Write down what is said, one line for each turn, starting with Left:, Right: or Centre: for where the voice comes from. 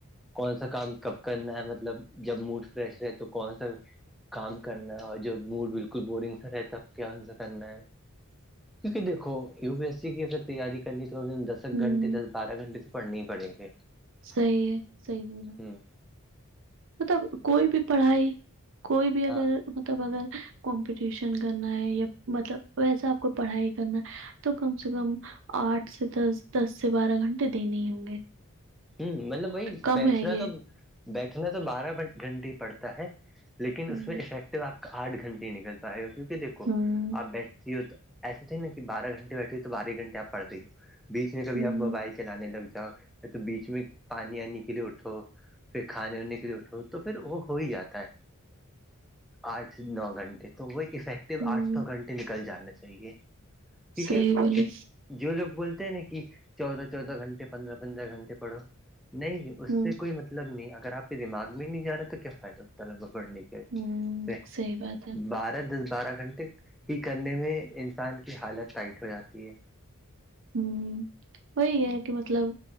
Centre: کون سا کام کب کرنا ہے مطلب جب موڈ فریش رہ تو کون سا کام کرنا اور جب موڈ بالکل بورنگ سا رہتا کیا ان سے کرنا ہے کیونکہ دیکو یو پی ایس سی کی اگر تیاری کرنی تو دس
Right: ہوں
Centre: گھنٹے دس بارہ گھنٹے تو پڑنے ہی پڑیں گے
Right: صحیح ہے صحیح بولا
Centre: ہوں
Right: مطلب کوئی بھی پڑھائی کوئی بھی اگر
Centre: ہاں
Right: مطلب اگر کمپٹیشن کرنا ہے یا مطلب ویسا آپ کو پڑھائی کرنا تو کم سے کم آٹھ سے دس دس سے بارہ گھنٹے دینے ہی ہوں گے
Centre: ہوں مطلب بائی
Right: کم
Centre: بیٹھنا
Right: ہے یہ
Centre: تو بیٹھنا تو بارہ گھنٹے ہی پڑتا ہے لیکن
Right: ہوں
Centre: اس میں افیکٹو آپ کا آٹھنٹے نکل پائے گا کیونکہ دھو
Right: ہاں
Centre: آپ بیٹھتی ہو تو ایسے تھے نا کہ بارہ گھنٹے بیٹھے ہو تو بارہ ہی گنٹے آپ پڑھی ہو بیچ میں کبھی
Right: ہوں
Centre: آپ موبائل چلانے لگ جاؤ یا تو بیچ میں پانی آنے کے لیے اٹھو پھر کھانے واننے کے لیے اٹھو تو پھر وہ ہو ہی جاتا ہے آٹھ نو گھنٹے تو وہ افیکٹیو
Right: ہوں
Centre: آٹھ نو گھنٹے نکل جانا چاہیے کیونکہ
Right: صحیح بولی
Centre: جو لوگ بولتے ہیں نا کہ چودہ چودہ گھنٹے پندرہ پندرہ گھنٹے پڑو نہیں اس
Right: ہوں
Centre: سے کوئی مطلب مطلب نہیں اگر آپ کے دماغ میں نہیں جا رہا تو کیا فائد ہو طلبا بڑنے کا
Right: ہوں صحیح بات ہے
Centre: بارہ دس بارہ گھنٹے ہی کرنے میں انسان کی حالت ٹائٹ ہو جاتی ہے
Right: ہوں وہی ہے کہ مطلب